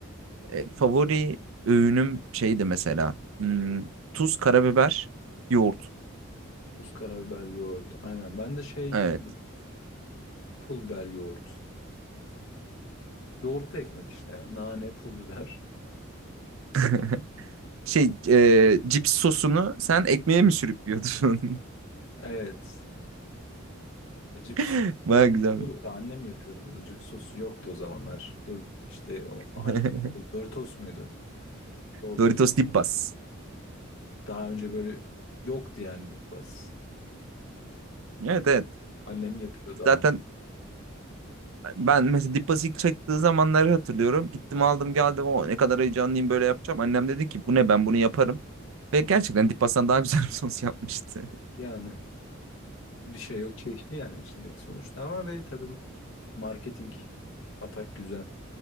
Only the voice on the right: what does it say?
e, e, favori öğünüm şeydi mesela. Hmm, tuz, karabiber, yoğurt.
Evet.
<laughs> Şey e, cips sosunu sen ekmeğe mi sürüp yiyordun?
<laughs>
Baya
güzel.
<laughs>
Doritos Dipas.
Evet evet.
Zaten ben mesela Dippas ilk çektiği zamanları hatırlıyorum. Gittim aldım geldim. O ne kadar heyecanlıyım böyle yapacağım. Annem dedi ki bu ne ben bunu yaparım. Ve gerçekten Dipas'tan daha güzel bir sos yapmıştı.